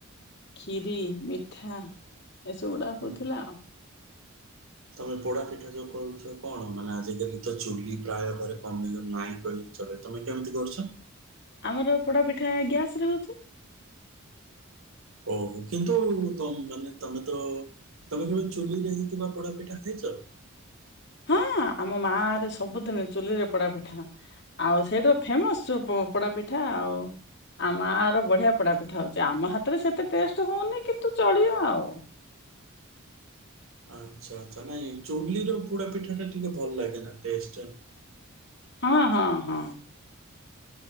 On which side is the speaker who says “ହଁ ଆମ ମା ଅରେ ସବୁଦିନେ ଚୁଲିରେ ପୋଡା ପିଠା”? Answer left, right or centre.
Left